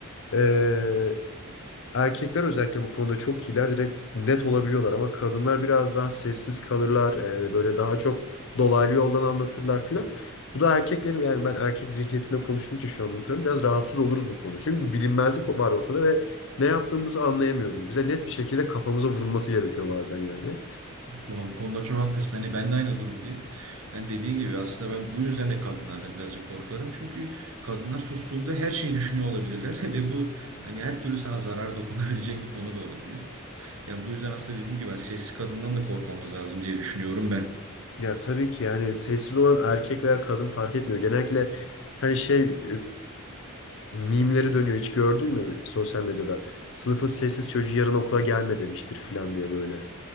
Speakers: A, on the left; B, on the right.
A: ee, Erkekler özellikle bu konuda çok iyiler. Direkt net olabiliyorlar ama kadınlar biraz daha sessiz kalırlar. e, böyle daha çok dolaylı yoldan anlatırlar filan. Bu da erkekleri yani ben erkek zihniyetinde konuştuğum için şu an bunu söylüyorum. Biraz rahatsız oluruz bu konuda. Çünkü bir bilinmezlik var ortada ve ne yaptığımızı anlayamıyoruz. Bize net bir şekilde kafamıza vurulması gerekiyor bazen yani.
B: Ya bu konuda çok haklısın. Hani ben de aynı durumdayım. Yani dediğin gibi aslında ben bu yüzden de kadınlardan birazcık korkarım. Çünkü kadınlar sustuğunda her şeyi düşünüyor olabilirler <laughs> ve bu hani her türlü sana zarar dokunabilecek bir konu da olabilir. Yani bu yüzden aslında dediğim gibi ben sessiz kadından da korkmamız lazım diye düşünüyorum ben.
A: Ya tabii ki yani sessiz olan erkek veya kadın fark etmiyor. Genellikle hani şey Mimleri dönüyor hiç gördün mü sosyal medyada? Sınıfın sessiz çocuğu yarın okula gelme demiştir falan diye böyle.